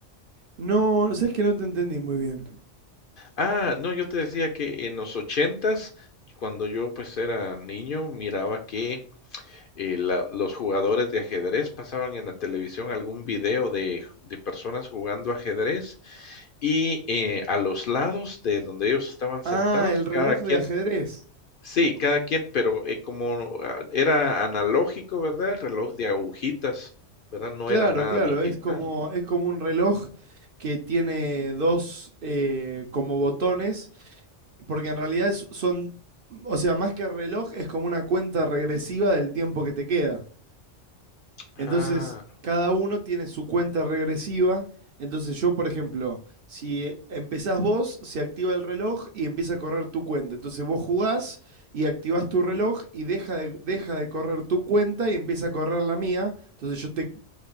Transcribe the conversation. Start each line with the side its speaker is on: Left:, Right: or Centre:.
Right: No, sabes que no te entendí muy bien.
Left: Ah, no, yo te decía que en los ochentas, cuando yo, pues, era niño, miraba que eh, la- los jugadores de ajedrez pasaban en la televisión algún video de, de personas jugando ajedrez y eh, a los lados de donde ellos estaban sentados,
Right: Ah, el reloj
Left: cada quien,
Right: de ajedrez.
Left: sí, cada quien, pero eh, como ah, era analógico, ¿verdad? El reloj de agujitas, ¿verdad? No
Right: Claro,
Left: era nada
Right: claro,
Left: digital.
Right: es como, es como un reloj que tiene dos eh, como botones, porque en
Left: Ujú.
Right: realidad es- son, o sea, más que reloj, es como una cuenta regresiva del tiempo que te queda.
Left: Ah,
Right: Entonces, cada uno tiene su cuenta regresiva. Entonces, yo, por ejemplo, si empezás vos, se activa el reloj y empieza a correr tu cuenta. Entonces, vos jugás y activás tu reloj y deja de, deja de correr tu cuenta y empieza a correr la mía. Entonces, yo te